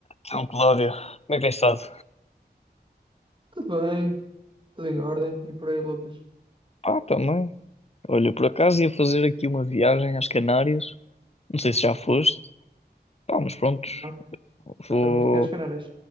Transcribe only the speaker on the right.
Tudo bem, tudo em ordem. E por aí, Lucas?
Não, por
acaso não estou aqui às Canárias.